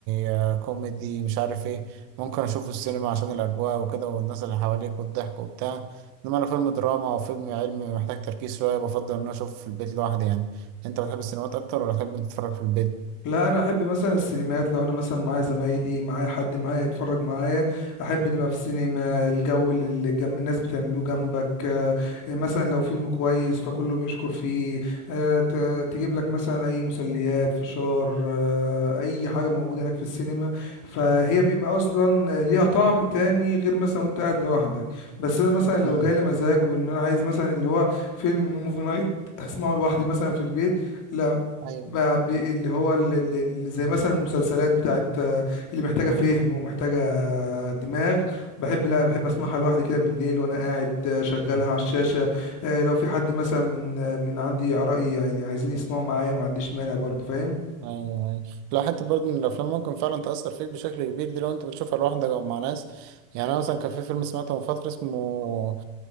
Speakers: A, on the right; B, on the left.
A: آه، كوميدي مش عارف ايه ممكن اشوفه السينما عشان الاجواء وكده والناس اللي حواليك والضحك وبتاع لما انا فيلم دراما او فيلم علمي محتاج تركيز شويه بفضل ان انا اشوفه في البيت لوحدي يعني انت بتحب السينمات اكتر ولا بتحب إنت تتفرج في البيت
B: لا انا احب مثلا السينمات لو انا مثلا معايا زمايلي معايا حد معايا يتفرج معايا احب نبقى في سينما الجو اللي الجم... الناس بتعملوه جنبك آه، مثلا لو فيلم كويس فكله بيشكر فيه آه، ت... تجيب لك مثلا اي مسليات فشار آه، اي حاجة موجودة هناك في السينما فهي بيبقى اصلا ليها طعم تاني غير مثلا وانت قاعد لوحدك بس انا مثلا لو
A: امم
B: جالي مزاج وان انا عايز مثلا اللي هو فيلم موفي نايت هسمعه لوحدي مثلا في البيت لا
A: ايوه
B: بقى ب- اللي هو ال- ال- ال- زي مثلا المسلسلات بتاعت آه، اللي محتاجة فهم ومحتاجة آه،
A: مم.
B: دماغ بحب لا بحب اسمعها لوحدي كده بالليل وانا قاعد آه، شغلها
A: مم.
B: على الشاشة آه، لو في حد مثلا من آه، من عندي قرايبي يعني عايزين يسمعوا معايا ما عنديش مانع برضو فاهم
A: ايوه ايوه لا حتى برضه ان الافلام ممكن فعلا تاثر فيك بشكل كبير دي لو انت بتشوفها لوحدك او مع ناس يعني انا مثلا كان في فيلم سمعته من فتره اسمه